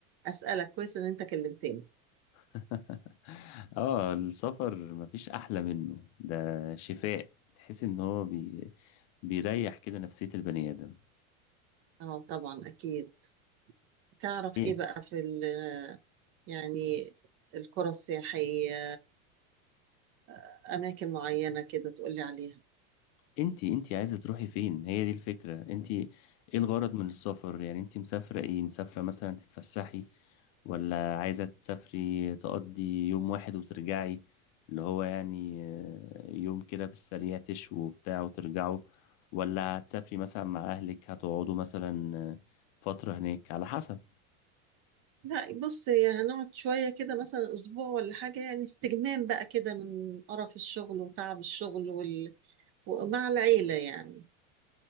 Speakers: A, on the right; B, on the left.
A: اسألك كويس ان انت كلمتني
B: <laughs> اه السفر مفيش احلى منه ده شفاء تحس ان هو بي... بيريح كده نفسية البني ادم
A: اه طبعا اكيد تعرف
B: إيه
A: ايه بقى في ال يعني القرى السياحية اماكن معينه كده تقولي عليها
B: انتي انتي عايزة تروحي فين هي دي الفكرة انتي ايه الغرض من السفر يعني انتي مسافرة ايه مسافرة مثلا تتفسحي ولا عايزة تسافري تقضي يوم واحد وترجعي اللي هو يعني آه، يوم كده في السريع تشوا وبتاع وترجعوا ولا هتسافري مثلا مع أهلك هتقعدوا مثلا آه، فترة هناك على حسب
A: لا بص هي هنقعد شويه كده مثلا اسبوع ولا حاجه يعني استجمام بقى كده من قرف الشغل وتعب الشغل وال... ومع العيله يعني